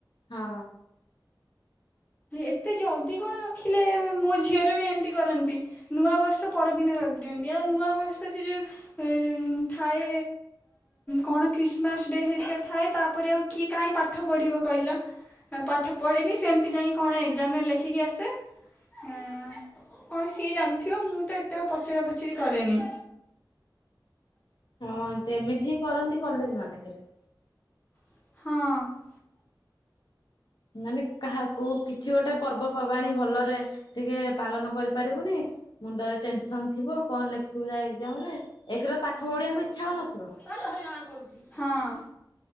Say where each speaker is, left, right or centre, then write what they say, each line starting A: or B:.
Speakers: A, on the left (about 70°); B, on the left (about 20°).
A: ହଁ।
B: ଏତେ ଜଲଦି କଣ ରଖିଲେ ମୋ ଝିଅର ବି ଏମିତି କରନ୍ତି? ନୂଆ ବର୍ଷ ପରଦିନ ରଖିଦିଅନ୍ତି ଆଉ ନୂଆବର୍ଷ ସେ ଯଉ ଯଉ ଥାଏ କଣ ଖ୍ରୀିସମାସ ଡେ ହେରିକା ଥାଏ ତାପରେ ଆଉ କିଏ କାହିଁ ପାଠ ପଢିବ କହିଲ? ପାଠ ପଢେନି ସେମିତି ଯାଇ କଣ ଏକ୍ଜାମରେ ଲେଖିକି ଆସେ ହୁଁ ହଁ ସିଏ ଜାଣିଥିବ ମୁଁ ତ ଏତେ ଆଉ ପଚରା ପଚରି କରେନି।
A: ହଁ ଆଣ୍ଟି ଏମିତି ହିଁ କରନ୍ତି କଲେଜମାନଙ୍କରେ।
B: ହଁ
A: ମାନେ କାହାକୁ କିଛି ଗୋଟେ ପର୍ବପର୍ବାଣୀ ଭଲରେ ଟିକେ ପାଳନ କରିପାରିବୁନି? ମୁଣ୍ଡରେ ଟେନସନ ଥିବ କଣ ଲେଖିବୁ ଯାଇ ଏକ୍ଜାମରେ ଏକରେ ପାଠ ପଢିବାକୁ ଇଚ୍ଛା ହଉନଥିବ?
B: ଭଲ ହଇରାଣ କରୁଛି ହଁ।